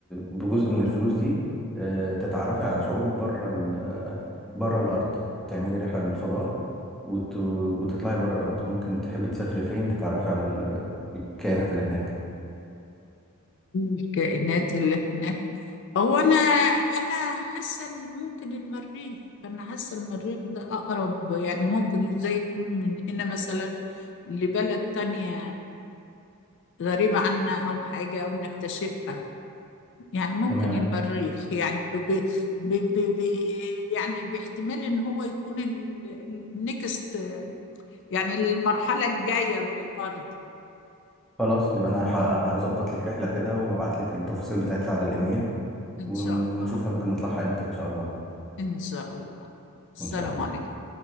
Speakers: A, in the centre; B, on the left.
A: بجزء من الفلوس دي آه، تتعرفي على شعوب بره ال بره الأرض تعملي رحلة للفضاء وت... وتطلعي بره الأرض ممكن تحبي تسافري فين تتعرفي على ال- الكائنات اللي هناك
B: الكائنات اللي هناك هو انا انا حاسه إن ممكن المريخ انا حاسه المريخ ده اقرب يعني ممكن ازاي يكون من هنا مثلا لبلد تانية غريبة عنا أو حاجة أو نكتشفها يعني ممكن
A: تمام
B: المريخ يعني ب ب ب ب ب يعني باحتمال إن هو يكون ال- النكست يعني المرحلة الجاية من الأرض
A: خلاص يبقى أنا ه- هظبط لك رحلة كده وأبعت لك التفاصيل بتاعتها على الإيميل
B: إن
A: ون...
B: شاء الله
A: ونشوفها ممكن نطلعها إمتى إن شاء الله
B: إن شاء الله السلام
A: إن شاء الله
B: عليكم